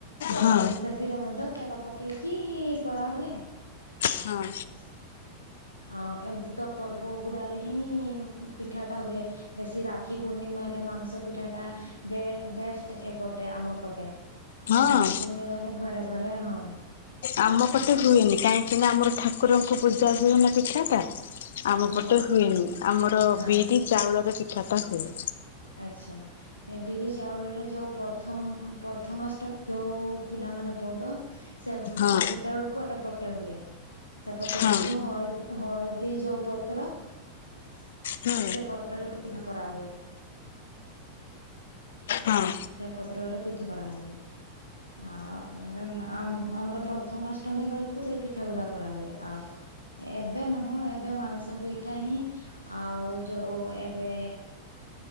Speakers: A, on the left; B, on the left.
A: ସେ
B: ହଁ
A: ସେଥିରେ ମଧ୍ୟ ତେଲ ପକେଇକି କରାହୁଏ।
B: ହଁ।
A: ଆଉ ଏମିତିତ ପର୍ବ ଗୁଡ଼ାରେହିଁ ପିଠାଟା ହୁଏ। ବେଶୀ ରାକ୍ଷୀ ପୂର୍ଣ୍ଣିମାରେ ମାଂସ ପିଠାଟା ବେ ବେଷ୍ଟେ ଏପଟେ ଆମ ପଟେ।
B: ହଁ
A: ରାକ୍ଷୀ ପୂର୍ଣ୍ଣିମାରେ ଘରେ ଘରେ ହଁ।
B: ଆମ ପଟେ
A: ଗୋଟେ
B: ହୁଏନି କାହିଁକିନା ଆମର ଠାକୁରଙ୍କୁ ପୂଜା ହୁଏନା ପିଠାଟା ଆମ
A: ହଁ
B: ପଟେ ହୁଏନି ଆମର
A: ନା
B: ବିରି ଚାଉଳର ପିଠାଟା ହୁଏ।
A: ଆଚ୍ଛା ଏ ବିରି ଚାଉଳରେ ଯେଉଁ ପ୍ରଥମ ପ୍ରଥମାଷ୍ଟମି ଯଉଁ ପିଲାମାନେ ବଡ ସେ
B: ହଁ
A: ସେତେବେଳକୁ ଏପଟେ ହୁଏ ସେପଟେ
B: ହଁ
A: ବେଳକୁ ହ ହଳଦୀ ଯୋଉ ପତ୍ର
B: ହୁଁ
A: ସେ ପତ୍ରରେ ପୀଠା କରାହୁଏ।
B: ହଁ
A: ସେପତ୍ରରେ ପିଠା କରାହୁଏ। ଆଉ ଆ ଆ ଆମର ପ୍ରଥମାଷ୍ଟମୀ ବେଳକୁ ସେଇ ପିଠା ଗୁଡ଼ା କରାହୁଏ ଆଉ ଏବେ ନୁହଁ ଏବେ ମାଂସ ପିଠା ହିଁ ଆଉ ଯୋଉ ଏବେ